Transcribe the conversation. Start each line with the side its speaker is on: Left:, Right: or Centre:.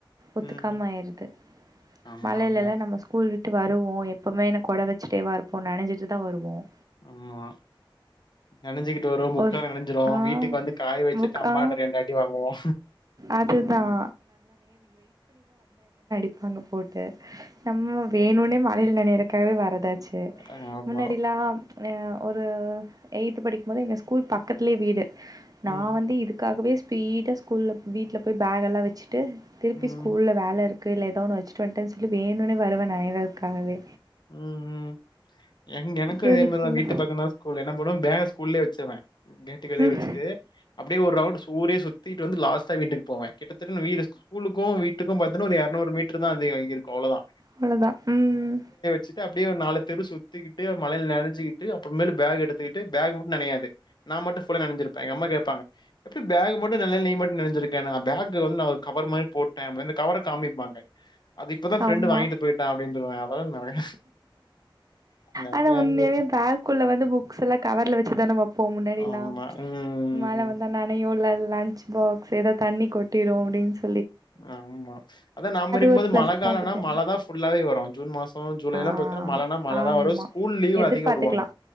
Right: ஒத்துக்காம
Left: ம்
Right: ஆயிருது
Left: ஆமா
Right: மழையிலலாம்
Left: ஆமா
Right: நம்ம ஸ்கூ ஸ்கூல் விட்டு வருவோம் எப்பவுமே என்ன கொட வச்சிட்டேவா இருப்போம் நனஞ்சிட்டு தான் வருவோம்
Left: ஆமா நெனஞ்சிகிட்டு வருவோ புக்கலா
Right: ஒரு
Left: நெனஞ்சிரு
Right: ஆ
Left: வீட்டுக்கு வந்து காய வெச்சுட்டு
Right: புக்
Left: அம்மாட்ட
Right: ஆ
Left: ரெண்டு அடி வாங்குவோ
Right: அதுதான் ஆனு போட்டு நம்ம வேணுனே மா வேல் நெனயறக்காகவே வரது சேர்
Left: ஆமா
Right: முன்னாடியெல்லாம் எ ஒரு எய்த்து படிக்கும்போது எங்க ஸ்கூல் பக்கத்துலயே வீடு நா
Left: ம்
Right: வந்து இதுக்காகவே ஃபீடா ஸ்கூல்ல வீட்ல போய் பேகெல்லா வெச்சு ட்டு திருப்பி
Left: ம்
Right: ஸ்கூல்ல வேல இரு கைல எதோ ஒன்னு வெச்சு டொன்ட்டெஸ்க்கு வேணுனே வருவேன் நைனையதற்காகவே
Left: ம் ம் எங்க எனக்கு
Right: யூனிஃபார்மு
Left: இதே மாரிதா வீட்டு பக்கந்தா ஸ்கூல் என்ன பண்ணுவ பேக ஸ்கூல்லயே வெச்சர்ற டுகளே
Right: ம்
Left: வெச்ட்டு அப்டியே ஒர் ரௌண்ட் சு ஊரே சுத் தியிட்டு வந்து லாஸ்ட்டா வீட்டுக் போவே கிட்டத்தட்ட ந வீ ஸ்கூலுக்கு வீட்டுக்கும் பாத் தினா ஒரு எறநூறு மீட்ருதா அதிகொருக்கு அவ்ளொதா
Right: அவ்ளதா ம்
Left: ச்சிட்டு அப்டியே ஒர் நாலு தெரு சுத்திக்கிட்டு மழைல நனஞ்சிக்கிட்டு அப்றமேலு பேக எடுத்துக்கிட்டு பேக் மட்டு நனையாது நா மட்டு ஃபுலா நெனஞ்சிருப்ப எங்க அம்மா கேப்பாங்க எப்டி பேகு மட்டு நனைல் நீ மட்டு நெனஞ்சிருக்கனு அ பேக் கு வந்து தா ஒரு கவர் மாரி போட்டே அப்ப அந்த கவர காமிப்பாங்க அது இப்பதா ஃப்ரெண்டு
Right: ஆமா
Left: வாங்கிட்டு போயிட்டா அப்டின் ருவா <unintelligible> நிறைய
Right: ஆனா உண்மயாவே பேக்குள்ள வந்து புக்ஸ்ஸெல்லா கவர்ல வச்சுதான வெப்போ முன்னாடில்லா
Left: ஆமா உம்
Right: மழ வந்தா நனையு இல்ல லன்ச் பாக்ஸ் எதா தண்ணி கொட்டிரு அப்டின் சொ
Left: ஆமா அதா நாம்ப இருக்கம்போது
Right: ஒரு பிளஸ்
Left: மழ
Right: தா
Left: காலன்னா
Right: அந்த டைம்ல
Left: மழதா ஃபுல்லாவே வரு ஜூன் மாஸ் ஒ ஜூலையெல்லா
Right: ஆ
Left: பாத்தீனா மழனா மழைதா
Right: ஆமா
Left: வரு ஸ்கூல் லீவ்
Right: எதிர்பாத்துக்கலா
Left: அதிகொ உடுவாங்க